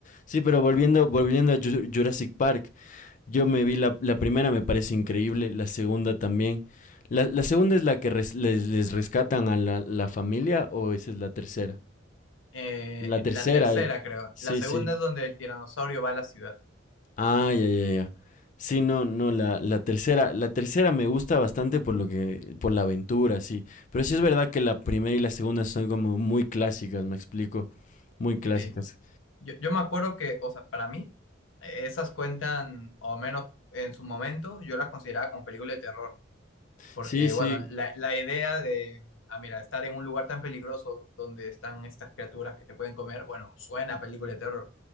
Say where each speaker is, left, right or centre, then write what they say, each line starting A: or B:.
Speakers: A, on the left (about 40°); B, on the left (about 75°).
A: Sí, pero volviendo, volviendo a Ju- Jurassic Park, yo me vi la, la primera, me parece increíble, la segunda también. La, la segunda es la que res- les, les rescatan a la, la familia o esa es la tercera?
B: Eh,
A: La tercera,
B: la tercera,
A: eh.
B: creo.
A: sí,
B: La segunda
A: sí.
B: es donde el tiranosaurio va a la ciudad.
A: Ah, ya, ya, ya. Sí, no, no, la, la tercera, la tercera me gusta bastante por lo que, por la aventura, sí. Pero sí es verdad que la primera y la segunda son como muy clásicas, me explico. Muy clásicas.
B: Sí. Yo, yo me acuerdo que, o sea, para mí, esas cuentan, o menos en su momento, yo las consideraba como película de terror Porque,
A: Sí, sí.
B: bueno, la, la idea de, ah, mira, estar en un lugar tan peligroso donde están estas criaturas que te pueden comer, bueno, suena a película de terror.